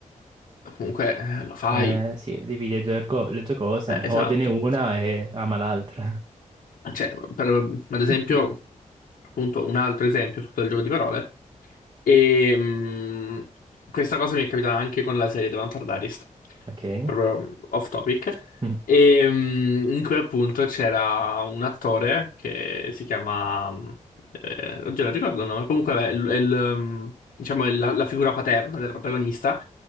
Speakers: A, on the left; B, on the right.
A: comunque eh, lo fai.
B: Eh, sì, dividi le due, ergo- le due cose,
A: Eh, esatto.
B: odiane una e ama l'altra.
A: Ah, Cioè, per- ad esempio,
B: <clears throat> <laughs>
A: appunto, un altro esempio, scusa il gioco di parole, e mh, questa cosa mi è capitata anche con la serie The Vampire Diaries,
B: Ok.
A: proprio off topic,
B: Mm,
A: e, mh, in cui appunto c'era un attore che si chiama, mh, eh, oggi non ricordo il nome, comunque vabbè, è, il- è il, mh, diciamo, è la, la figura paterna della protagonista,